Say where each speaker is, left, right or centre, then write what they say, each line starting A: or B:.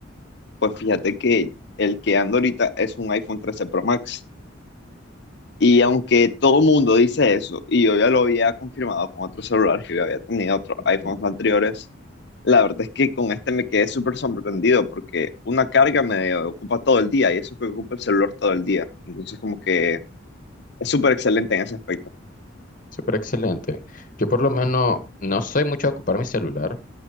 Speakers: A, on the left; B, on the left.
A: pues fíjate que el que ando ahorita es un iPhone trece Pro Max. Y aunque todo mundo dice eso, y yo ya lo había confirmado con otros celulares que yo había tenido, otros
B: Ujú,
A: iPhones anteriores, la verdad es que con este me quedé súper sorprendido porque una carga me ocupa todo el día y eso que ocupa el celular todo el día. Entonces como que es súper excelente en ese aspecto.
B: Súper excelente. Yo por lo menos no soy mucho de ocupar mi celular.